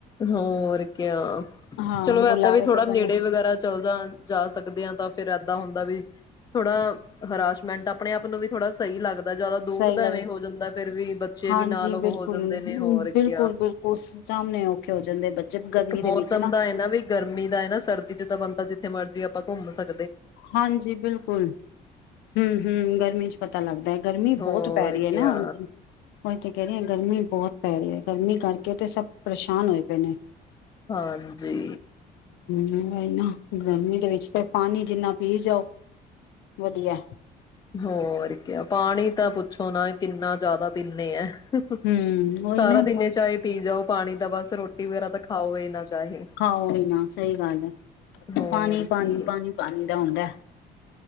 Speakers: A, on the left; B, on the left.
A: ਹੋਰ ਕਿਆ
B: ਹਾਂ
A: ਚਲੋ
B: ਬੁਲਾਵੇ
A: ਇਏਦਾਂ ਵੀ ਥੋੜਾ
B: ਤੇ ਬਣ
A: ਨੇੜੇ ਵਗੈਰਾ ਚੱਲਦਾ ਜਾ ਸਕਦੇ ਹਾਂ ਤਾਂ ਫਿਰ ਇਦਾ ਹੁੰਦਾ ਵੀ ਥੋੜਾ ਹਰਾਸ਼ਮੈਂਟ ਆਪਣੇ ਆਪ ਨੂੰ ਵੀ ਥੋੜਾ ਸਹੀ ਲੱਗਦਾ ਜ਼ਿਆਦਾ ਦੂਰ
B: ਸਹੀ
A: ਦਾ
B: ਲੱਗ
A: ਐਵੇਂ ਹੋ ਜਾਂਦਾ ਫੇਿਰ ਵੀ ਬੱਚੇ
B: ਹਾਂਜੀ
A: ਵੀ ਨਾਲ ਉਹ
B: ਬਿਲਕੁਲ
A: ਹੋ ਜਾਂਦੇ ਨੇ ਹੋਰ ਕ
B: ਬਿਲਕੁਲ ਬਿਲਕੁਲ ਸਾਹਮਣੇ ਔਖੇ ਹੋ ਜਾਂਦੇ ਬੱਚੇ ਗਰਮੀ
A: ਇੱਕ
B: ਦੇ
A: ਮੌਸਮ
B: ਵਿੱਚ
A: ਦਾ ਹੈ ਨਾ ਵੀ ਗਰਮੀ ਦਾ ਹੈ ਨਾ ਸਰਦੀ ਚ ਤਾਂ ਬੰਦਾ ਜਿੱਥੇ ਮਰਜ਼ੀ ਆਪਾਂ ਘੁੰਮ ਸਕ
B: ਹਾਂਜੀ ਬਿਲਕੁਲ, ਹੂੰ-ਹੂੰ ਗਰਮੀ ਚ ਪਤਾ ਪਤਾ ਲੱਗਦਾ ਹੈ। ਗਰਮੀ
A: ਹੋਰ
B: ਬਹੁਤ ਪੈ ਰਹੀ ਹੈ
A: ਕਿਆ
B: ਨਾ, ਉਹੀ ਤਾਂ ਕਹਿ ਰਹੀ ਹਾਂ ਗਰਮੀ ਬਹੁਤ ਪੈ ਰਹੀ ਹੈ ਗਰਮੀ ਕਰਕੇ ਤੇ ਸਭ ਪਰੇਸ਼ਾਨ ਹੋਏ ਪਏ ਨੇ।
A: ਹਾਂਜੀ।
B: ਇਹ ਮਹੀਨਾ ਗਰਮੀ ਦੇ ਵਿੱਚ ਤੇ ਪਾਣੀ ਜਿੰਨਾ ਪੀ ਜਾਓ ਵਧੀਆ।
A: ਹੋਰ ਕਿਆ ਪਾਣੀ ਤਾਂ ਪੁੱਛੋ ਨਾ ਕਿੰਨਾ ਜ਼ਿਆਦਾ ਪੀਂਦੇ ਐ। <unintelligible>
B: ਹੂੰ ਉਹੀ
A: ਸਾਰਾ
B: ਨਾ
A: ਦਿਨੇ ਚਾਹ ਪੀ ਜਾਓ। ਪਾਣੀ ਦਾ ਬਸ ਰੋਟੀ ਵਗੈਰਾ ਤਾਂ ਖਾਓ ਇਹ ਨਾ ਚਾਹੇ
B: ਖਾਓ ਵੀ ਨਾ ਸਹੀ ਗੱਲ ਹੈ
A: ਹੋਰ
B: ਪਾਣੀ-ਪਾਣੀ-ਪਾਣੀ-ਪਾਣੀ
A: ਕੀ
B: ਦਾ ਹੁੰਦਾ।